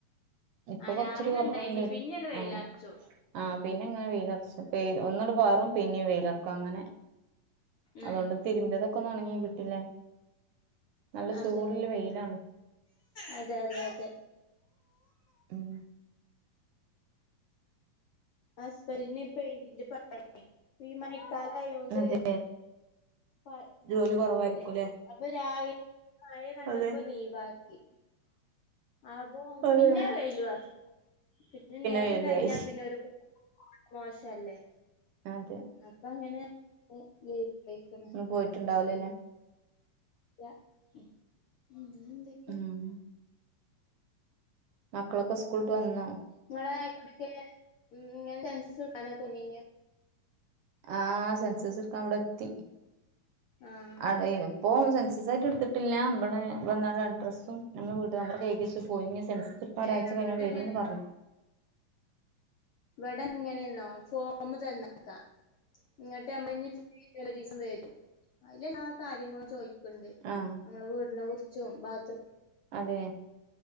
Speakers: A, on the right (about 70°); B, on the left (about 80°).
A: ഇപ്പൊ
B: ആ
A: കൊർചൊരു
B: രാവിലെ
A: കുറവുണ്ട്
B: ഇണ്ടായിനി പിന്നെണ്ട് വെയിലറച്ചു
A: ആഹ് ആ പിന്നെങ്ങനെ
B: ഉം
A: വെയിലറച്ചും ഒന്നുങ്ങട്ട് പാറും പിന്നിം വെയിലറക്കും. അങ്ങനെ
B: ആ
A: അതുകൊണ്ട് തിരുമ്പ്യതെ ക്കൊന്ന് ഉണങ്ങി കിട്ടില്ലേ നല്ല ചൂട്ല്
B: അതെ
A: വെയിലാണ്
B: അതെ അതെ അതെ
A: ഉം
B: അസ്ബന്റിന് പെയിന്റിന്റെ പണി ഈ മയക്കാലായൊണ്ട്
A: അതെ
B: പ
A: ജോലി കൊറവായിരിക്കൂല്ലേ
B: പണില്ല അപ്പൊ രാവിലെ മഴ കണ്ടപ്പോ
A: അതെ
B: ലീവാക്കി അപ്പൊ
A: അതെ
B: പിന്നെ വെയിലു അറ പിന്നെ നേരം
A: വെയിലു
B: കഴിഞ്ഞാ
A: ആയി
B: പിന്നെ ഒരു മോശല്ലേ
A: അതെ
B: അപ്പൊ അങ്ങനെ ഹേ ലേ വ <unintelligible>
A: പോയിട്ടുണ്ടാവൂല ലേ
B: ല്ല ഉം പിന്നെന്തൊക്കെ
A: ഉം മക്കളൊക്കെ സ്കൂള്ട്ട് വന്നോ?
B: നിങ്ങളെക്ക ഉം ഉം നിങ്ങൾടെ സെൻസസ്ട്കാനൊക്കേ വന്നീന് യോ
A: ആ സെൻസസ് ട്ക്കാൻ വടെ എത്തി
B: ആഹ്
A: ആടെ ഇപ്പോൾ സെൻസസ് ആയിട്ട് ഇട്ത്തിട്ടില്ല വടേ വന്നാണ്ട് അഡ്രസ്സും ഞങ്ങടെ വീട്ട് നമ്പറൊക്കെ എയ്തി വെച്ച് പോയി ഇഞ് സെൻസസ്‌ ചെൽപ്പം ഒരാഴ്ച
B: ഏഹ് ഇവിടെങ്ങനെ
A: കഴിഞ്ഞാൽ വരുംന്ന് പറഞ്ഞു
B: ഇവിടെ എങ്ങനെന്നോ? ഫോമ് തന്ന ക ഇങ്ങട്ട് അമ്മള്ഞ്ഞി <unintelligible> ഊലോരീസം വരും അയ്ല് എല്ലാ കാര്യങ്ങളും ചോയിക്ക്ണ്ട്
A: ആഹ്
B: നമ്മളെ വീടിനെകുറിച്ചും ബാത്റൂം
A: അതെ